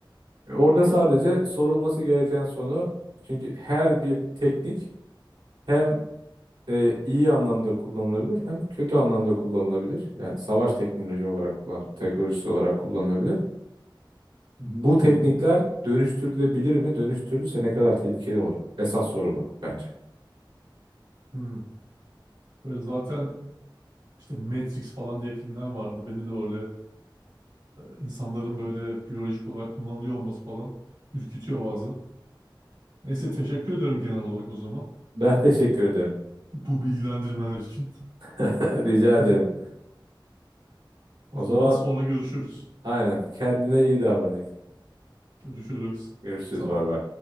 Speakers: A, on the right (about 90°); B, on the right (about 70°).
A: Orada sadece sorulması gereken sonu çünkü her bir teknik hem e, iyi anlamda kullanılabilir hem kötü anlamda kullanılabilir. Yani savaş teknoloji olarak kullan teknolojisi olarak kullanılabilir. Bu teknikler
B: Hı hı.
A: dönüştürülebilir mi? Dönüştürülürse ne kadar tehlikeli olur? Esas soru bu bence.
B: Hı. Böyle zaten işte Matrix falan diye filmler vardı. Beni de böyle e, insanların böyle biyolojik olarak kullanılıyor olması falan ürkütüyor bazı. Neyse teşekkür ederim genel olarak o zaman.
A: Ben teşekkür ederim.
B: Bu bilgilendirmeler için.
A: <laughs> Rica ederim.
B: <laughs> O
A: O
B: zaman
A: zaman
B: sonra görüşürüz.
A: aynen kendine iyi davran Ekin.
B: Görüşürüz.
A: Görüşürüz
B: Sağ ol.
A: bay bay.